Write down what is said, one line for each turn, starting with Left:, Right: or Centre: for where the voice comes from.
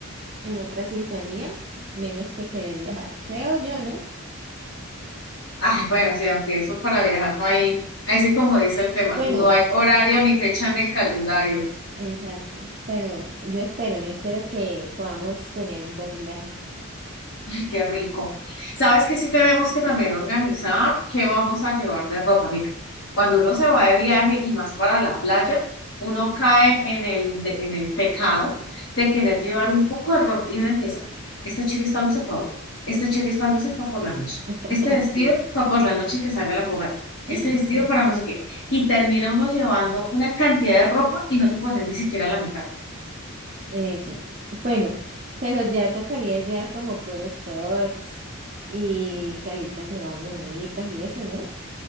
Right: en otra sintonía, menos que querer viajar, creo yo, ¿no?
Left: Ah, bueno, sí, aunque eso es para viajar, no hay, ahí sí como dice el tema,
Right: Bueno.
Left: no hay horario ni fecha en el calendario.
Right: Exacto. Pero yo espero, yo espero que podamos tener un buen viaje.
Left: Ay, qué rico. ¿Sabes que sí tenemos que también organizar qué vamos a llevar de ropa? Mira, cuando uno se va de viaje y más para la playa, uno cae en el, de- en el pecado de querer llevar un poco de ropa y uno empieza, este chiri está luce para hoy, este chiri está luce para por la noche,
Right: <laughs>
Left: este
Right: Así.
Left: vestido para por la noche que salga a la fogata, este
Right: <laughs>
Left: vestido para no sé qué. Y termina uno llevando una cantidad de ropa y no te pones ni siquiera la mitad.
Right: Eso. Bueno, pero ya tocaría llevar como puros shorts y salitas de baño bonitas y eso, ¿no?